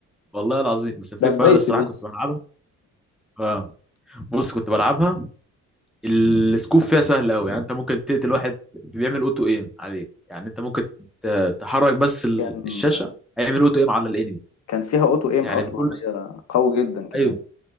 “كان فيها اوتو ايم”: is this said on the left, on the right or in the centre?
Left